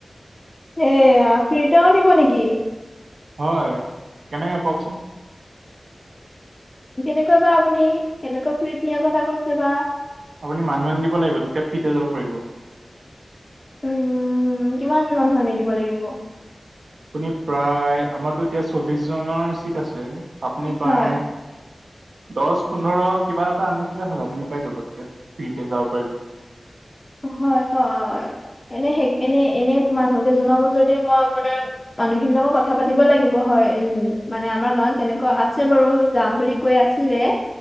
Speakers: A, on the left; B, on the right.
A: এ', ফ্ৰিটেও নিব নেকি?
B: হয়। কেনেকে কওকচোন?
A: কেনেকুৱা বা আপুনি কেনেকৱৈ ফ্ৰিত নিয়াৰ কথা কৈছে বা
B: আপুনি মানুহ আনি দিব লাগিব। তেতিয়া ফ্ৰিতে যাব পাৰিব।
A: উম', কিমান মানুহ আনি দিব লাগিব।
B: আপুনি প্ৰায় আমাৰতো এতিয়া চল্লিশ জনৰ চিট আছে। আপুনি প্ৰায়
A: হয়,
B: দহ পোন্ধৰ কিবা এটা আনি দিলে হ'ল আপুনি পাই যাব তেতিয়া ফ্ৰীকৈ যাব পাৰিব।
A: হয়। হয়। এনে স এনে এনে মানুহ কেইজনকো যদি মই মানে মানুহখিনিৰ লগত কথা পাতিব লাগিব হয়। উম', মানে আমাৰ গাঁৱত তেনেকুৱা আছে বাৰু যাম বুলি কৈ আছিলে।